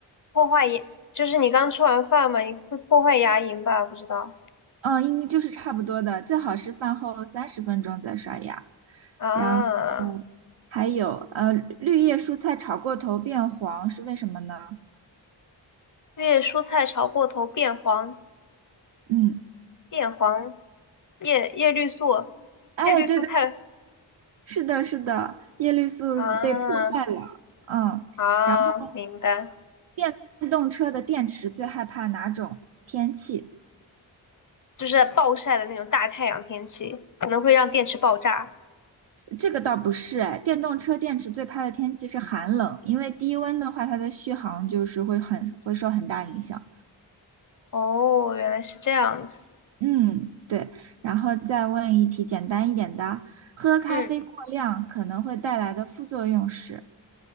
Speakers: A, on the left (about 40°); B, on the right (about 75°).
A: 破坏牙，就是你刚吃完饭嘛，你会破坏牙龈吧？不知道
B: 嗯，应该就是差不多的，最好是饭后三十分钟再刷牙。
A: 啊。
B: 然还有呃，绿叶蔬菜炒过头变黄是为什么呢？
A: 因为蔬菜炒过头变黄，
B: 嗯，
A: 变黄，叶叶绿素，
B: 哎，
A: 叶绿素太
B: 对对，是的，是的，叶绿素被破坏了。
A: 啊
B: 嗯，
A: 啊，
B: 然后
A: 明白。
B: 电动车的电池最害怕哪种天气？
A: 就是暴晒的那种大太阳天气，可能会让电池爆炸。
B: 这个倒不是，哎，电动车电池最怕的天气是寒冷，因为低温的话，它的续航就是会很会受很大影响。
A: 哦，原来是这样子。
B: 嗯，对。然后再问一题简单一点的，喝咖啡过量可能会带来的副作用是？
A: 嗯，